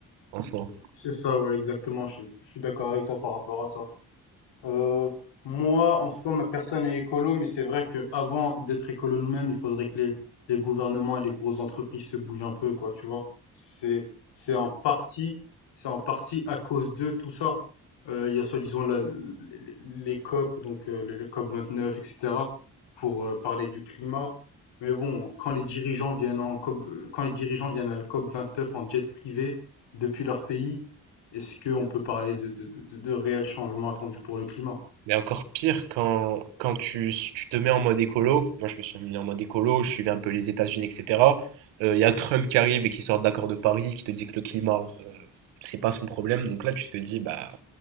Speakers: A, on the right (about 85°); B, on the left (about 75°).
A: en soi?
B: C'est ça, ouais, exactement. Je, je suis d'accord avec toi par rapport à ça. Heu, moi, en soi, ma personne est écolo, mais c'est vrai que avant d'être écolo nous-mêmes, il faudrait que les, les gouvernements et les grosses entreprises se bougent un peu, quoi, tu vois. C'est, c'est en partie, c'est en partie à cause de tout ça. Euh, il y a soi-disant la- les les COP, donc euh, le le COP 29, etc., pour euh, parler du climat. Mais bon, quand les dirigeants viennent en COP, euh, quand les dirigeants viennent à la COP 29 en jet privé depuis leur pays, est-ce qu'on peut parler de, de, de, de réels changements attendus pour le climat?
A: Mais encore pire quand, quand tu, tu te mets en mode écolo, moi je me suis mis en mode écolo, je suivais un peu les États-Unis, etc. Euh, Il y a Trump qui arrive et qui sort de l'accord de Paris, qui te dit que le climat, euh, c'est pas son problème. Donc là tu te dis, bah,